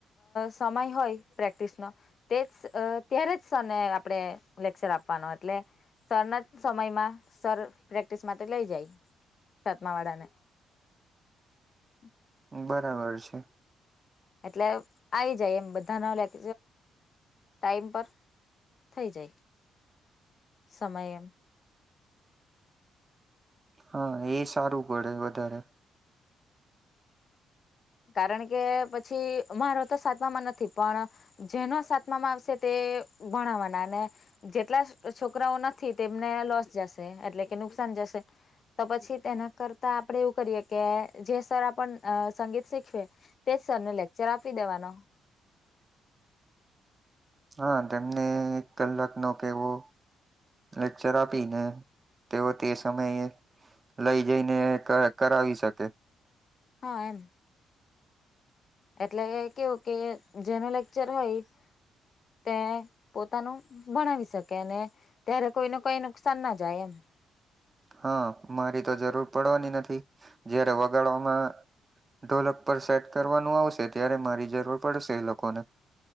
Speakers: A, on the left (about 50°); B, on the right (about 25°).
A: સમય હોય પ્રેક્ટિસનો તે જ ત્યારે જ સો ને આપણે લેક્ચર આપવાનો એટલે સરના જ સમયમાં સર પ્રેક્ટિસ માટે લઈ જાય સાતમા વાળા ને. હમ. <inaudible>
B: બરાબર છે.
A: એટલે આવી જાય એમ બધા ના લેક ટાઈમ પર થઈ જાય સમય એમ.
B: હા એ સારું પડે વધારે.
A: કારણ કે પછી મારો તો સાતવામાં નથી પણ જેનો સાતમામાં આવશે તે ભણાવવાના અને જેટલા છોકરાઓ નથી તેમને લોસ જશે એટલે કે નુકસાન જશે. તો પછી તેના કરતા આપડે એવું કરીએ કે જે સર આપ સંગીત શીખવે તેજ સરને લેક્ચર આપી દેવાનો.
B: હા તેમને એક કલાક નો કેવો લેક્ચર આપીને તેઓ તે સમયે લઈ જઈને કરાવી શકે.
A: હા એમ. એટલે કેવું કે જેનો લેક્ચર હોય તે પોતાનું ભણાવી શકે અને ત્યારે કોઈને કોઈ નુકસાન ના જાય એમ.
B: હા મારી તો જરૂર પડવાની નથી જયારે વગાડવામાં ઢોલક પર સેટ કરવાનું આવશે ત્યારે મારી જરૂર પડશે એ લોકોને.